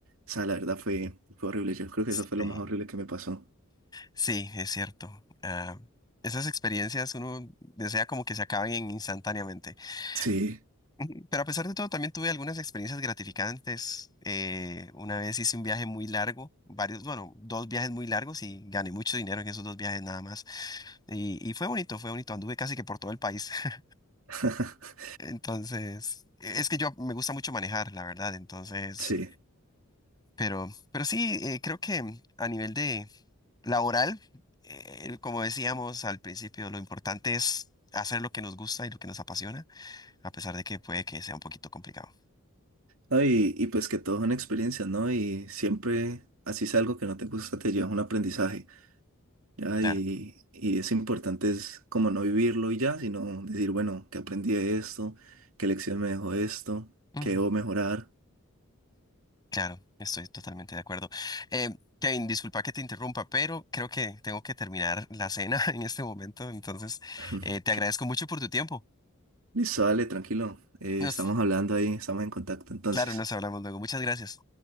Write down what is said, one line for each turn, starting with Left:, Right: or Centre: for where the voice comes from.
Right: sea, la verdad fue, fue horrible, yo creo que
Left: Sí,
Right: eso fue lo más horrible que me pasó.
Left: sí, es cierto. Ah, esas experiencias uno desea como que se acaben instantáneamente. <laughs>
Right: Sí,
Left: Ujú. Pero a pesar de todo, también tuve algunas experiencias gratificantes. Eh, una vez hice un viaje muy largo, varios, bueno, dos viajes muy largos y gané mucho dinero en esos dos viajes nada más. Y, y fue bonito, fue bonito. Anduve casi que por todo el país. <laughs>
Right: <laughs>
Left: Entonces, e, es que yo me gusta mucho manejar, la verdad. Entonces,
Right: sí.
Left: pero, pero sí, eh, creo que a nivel laboral, eh, como decíamos al principio, lo importante es hacer lo que nos gusta y lo que nos apasiona, a pesar de que puede que sea un poquito complicado.
Right: No, y, y pues que todo es una experiencia, ¿no? Y siempre, así es algo que no te gusta, te llevas un aprendizaje. Ya,
Left: Claro,
Right: y, y es importante es como no vivirlo y ya, sino decir, bueno, que aprendí de esto, qué lección me dejó esto,
Left: Ujú.
Right: qué debo mejorar.
Left: claro, estoy totalmente de acuerdo. Eh, Kevin, disculpa que te interrumpa, pero creo que tengo que terminar la cena <laughs> en este momento, entonces
Right: <laughs>
Left: eh, te agradezco mucho por tu tiempo.
Right: Listo, dale, tranquilo. eh,
Left: Nos,
Right: estamos hablando ahí, estamos en contacto entonces.
Left: claro, nos hablamos luego. Muchas gracias.